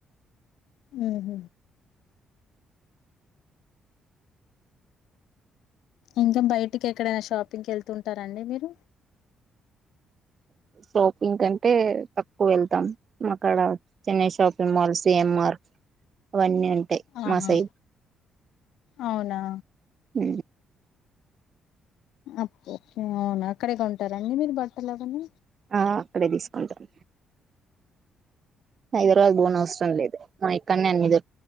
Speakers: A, on the left (about 80°); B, on the right (about 45°).
A: అహ ఇంకా బయటికి ఎక్కడైనా షాపింగ్కి వెళ్తుూ ఉంటారంండి మీరు
B: షాపింగ్ కంటే తక్కువ వెళ్తాం అక్కడ చెన్నై షాపింగ్ మాల్స్ ఎఆర్వన్నీ ఉంటా
A: ఆహా
B: మాసై
A: అవునా
B: హ
A: అప్పుే అవును అక్కడేగా ఉంటారంండి మీరు బట్టలు అవీ
B: ఆ అక్కడే తీసుకుంటాం ఇరు బోన్ అసరం లే ఇద మా కన్్యా అన్నరు